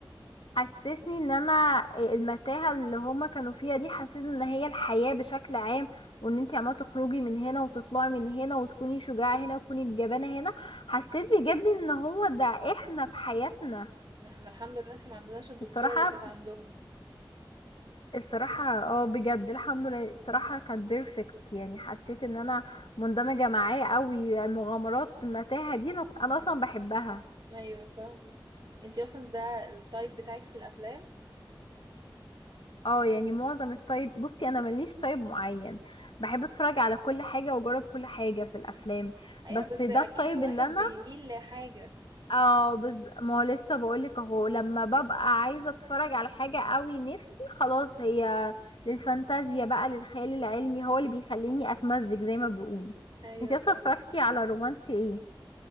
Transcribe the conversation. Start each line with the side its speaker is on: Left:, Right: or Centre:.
Left: حسسني ان انا آه، المتاهه اللي هما كانوا فيها دي حسسني ان هي الحياه بشكل عام وان انتي عماله تخرجي من هنا وتطلعي من هنا وتكوني شجاعه هنا وتكوني الجبانه هنا حسيت بجد ان هو ده احنا في حياتنا
Right: احنا الحمد لله احنا ما عندناش الدكتوره
Left: الصراحه
Right: اللي كانت عندهم
Left: الصراحه اه بجد الحمد لله الصراحه كان بيرفكت يعني حسيت ان انا مندمجه معاه قوي المغامرات المتاهه دي انا أنا اصلا بحبها
Right: ايوه فاهمة انتي اصلا ده التايب بتاعك في الافلام
Left: اه يعني معظم الطيب بصي انا ماليش طيب معين بحب اتفرج على كل حاجه واجرب كل حاجه في الافلام
Right: ايوه
Left: بس
Right: بس
Left: ده
Right: اكيد
Left: الطيب
Right: الواحد
Left: اللي انا
Right: بيميل لحاجة
Left: اه بز... ما هو لسه بقولك اهو لما ببقى عايزه اتفرج على حاجه قوي نفسي خلاص هي للفانتازيا بقى للخيال العلمي هو اللي بيخليني اتمزج زي ما بيقولوا
Right: ايوه
Left: انتي اصلا
Right: فاهمة
Left: اتفرجتي على رومانسي ايه